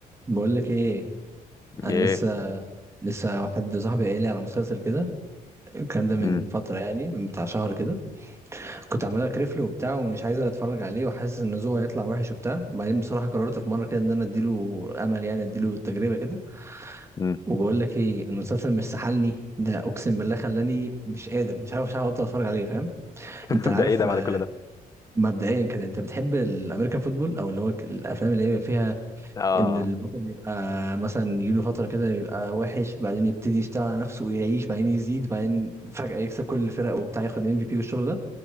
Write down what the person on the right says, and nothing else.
بقول لك ايه انا
لسه لسه واحد صاحبي قايل لي على مسلسل كده الكلام ده من
فتره يعني من بتاع شهر كده كنت عمال اكرفله وبتاع ومش عايز اتفرج عليه وحاسس ان ذوقه هيطلع وحش وبتاع بعدين بصراحه قررت في مره كده ان انا اديله امل يعني اديله تجربه كده
وبقول لك ايه المسلسل مش سحلني ده اقسم بالله خلاني مش قادر مش عارف مش عارف ابطل اتفرج عليه فاهم
انت عارف
آه،
مبدئيا كده انت بتحب الامريكان فوتبول او اللي هو الافلام اللي هي فيها
ان البطل يبقى مثلا يجيله فتره كده يبقى وحش بعدين يبتدي يشتغل على نفسه ويعيش بعدين يزيد بعدين فجاه يكسب كل الفرق وبتاع ياخد ام في بي والشغل ده